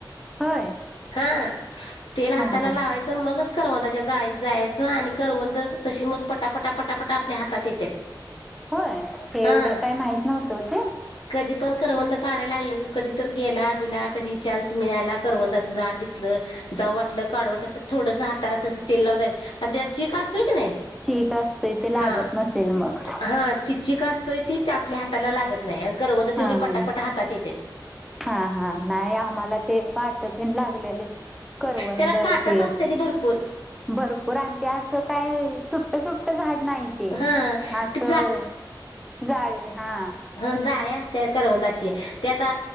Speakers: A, in the centre; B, on the left.
A: होय
B: हा तेल हाताला
A: हा हा
B: लावायच आणि मगच करवंदाच्या जाळीत जायचं आणि करवंद तशी म पटापटा पटापटा आपल्या हातात येत्यात
A: होय
B: हां
A: एवढं काय माहित नव्हतं ते
B: कधी पण करवंद काढायला लागलां कधी तर गेला बिला कधी चान्स मिळाला करवंदाच झाड दिसलं. जाऊ वाटलं काढू वाटलं तर थोडसं हाताला तस तेल लावून जायचं तेचा चीक असतोय की नाही
A: चीक असतोय ते लागत
B: हा
A: नसेल मग
B: हा ती चिक असतोय तीच आपल्या हाताला लागत नाही करवंद तेवढी
A: हा
B: पटापटा
A: हा
B: हातात येत्यात
A: हा हा नाही आम्हाला ते काटं तेन लागलेलीत करवंदाचे
B: त्याला काटत असते ती भरपूर
A: भरपूर आणि ते असं काय सुट्ट सुट्ट झाड नाही ते
B: हा
A: असं
B: ती
A: जाळी हा
B: हं जाळी असत्या करवंदाची ती आता